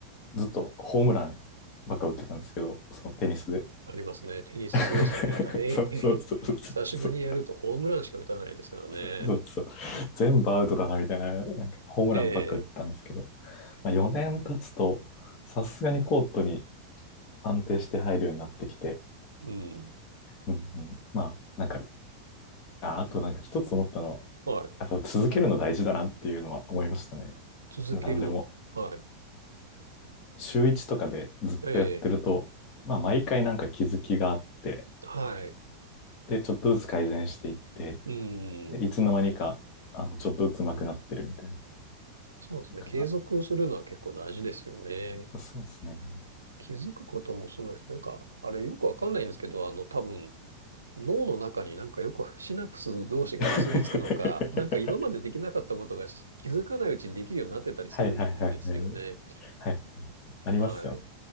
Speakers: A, on the left; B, on the right.
A: ずっとホームランばっか打ってたんですけど、そのテニスで。
B: ありますね。テニス、
A: <laughs>
B: そうですよね。大変
A: そうそうそうそうそう。
B: <laughs> 久しぶりにやるとホームランしか打たないですからね。
A: そうそう。全部アウトだな、みたいな、なんかホームランばっか打ってたんですけど、
B: ええ。
A: まあ、4年経つと、さすがにコートに安定して入るようになってきて、
B: うん。
A: うんうん、まあ、なんか、あ、あとなんか一つ思ったのは、
B: はい
A: やっぱ続けるの大事だなっていうのは思いましたね。
B: 続ける。
A: なんでも。
B: はい。
A: 週一とかでずっとやってると、
B: ええ。
A: まあ、毎回なんか気づきがあって、
B: はい。
A: で、ちょっとずつ改善していって、
B: うん。
A: でいつの間にか、あの、ちょっとずつ上手くなってるみたいな。
B: そうですね。
A: だか
B: 継続するのは結構大事ですよね。
A: ら、そうですね。
B: 気づくこともそうだし、なんか、あれよくわかんないんですけど、あの、多分、脳の中になんかよくシナプス同士が結びつくのか、
A: <laughs>
B: なんか今までできなかったことがし気づかないうちにできるようになってたりするんですよね。
A: はいはいはいはい。はい。ありますよ。
B: はい。